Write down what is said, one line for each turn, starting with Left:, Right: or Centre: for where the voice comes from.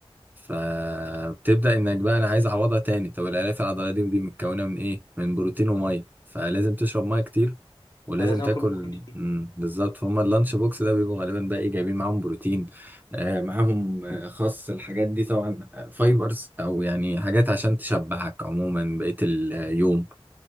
Right: فبتبدأ انك بقى انا عايز اعوضها تاني طب الالياف العضليه دي دي متكونه من ايه من بروتين وميه فلازم تشرب ميه كتير ولازم
Left: فلازم
Right: تاكل
Left: اكل بروتين
Right: مم، بالظبط فهم اللانش بوكس ده بيبقوا غالبا بقى ايه جايبين معاهم بروتين آه معاهم آه، خس الحاجات دي طبعا آه، فايبرز او يعني حاجات عشان تشبعك عموما بقية اليوم